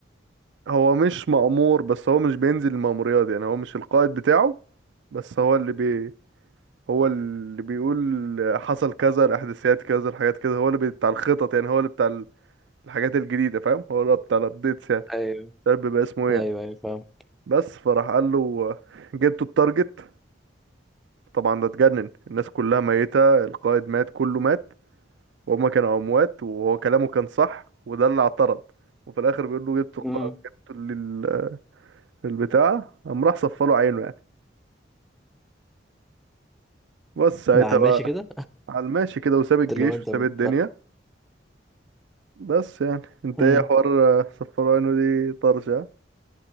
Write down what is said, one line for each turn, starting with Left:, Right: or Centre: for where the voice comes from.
Right: هو مش مأمور بس هو مش بينزل المأموريات يعني هو مش القائد بتاعه بس هو اللي بي هو اللي بيقول حصل كذا الاحداثيات كذا الحاجات كذا هو اللي بتاع الخطط يعني هو اللي بتاع ال- الحاجات الجديدة فاهم هو اللي بتاع الابديتس يعني
Centre: أيوه
Right: مش عارف بيبقى اسمه ايه
Centre: ايوه
Right: يعني
Centre: ايوه فاهم
Right: بس فراح قال له جبتوا التارجت طبعا ده اتجنن الناس كلها ميتة القائد مات كله مات وهما كانوا اموات وهو كلامه كان صح وده اللي اعترض وفي الاخر بيقول له جبت الق-
Centre: مم.
Right: جبت ال- البتاع قام راح صفى له عينه يعني بس ساعتها
Centre: ده على الماشي
Right: بقى
Centre: كده
Right: على الماشي كده وساب الجيش
Centre: اللي هو انت
Right: وساب
Centre: بت...
Right: الدنيا بس يعني انت
Centre: مم.
Right: ايه حوار آه، صفى له عينه دي طرشة